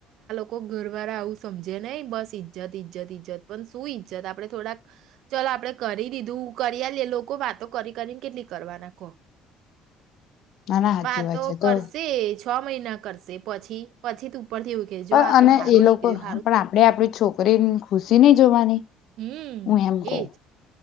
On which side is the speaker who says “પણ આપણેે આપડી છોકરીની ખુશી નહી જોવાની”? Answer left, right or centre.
Left